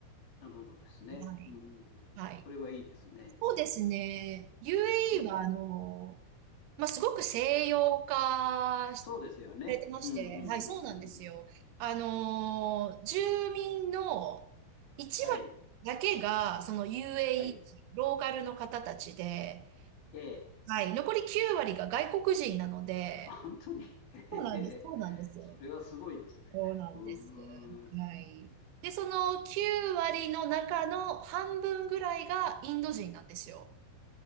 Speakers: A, on the left (about 50°); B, on the right (about 85°).
A: なるほどですね。
B: はい。
A: うん、
B: はい。
A: それはいいですね。
B: そうですね。UAE
A: うん、
B: は、あの、まあ、すごく西洋化しさ
A: そうですよね。
B: れてまして、
A: うんうんうん
B: はい、そうなんですよ。
A: うんうん。
B: あのー住民の1割だけが、
A: はい、
B: その UAE
A: はい。
B: 人、ローカルの方たちで、
A: ええ。
B: はい、残り9割が外国人なので、
A: 本当に、<laughs> へへへ、
B: そうなんです、そうなんです。
A: それはすごいですね。
B: そうなんです。
A: うーん。
B: はい。で、その9割の中の半分ぐらいがインド人なんですよ。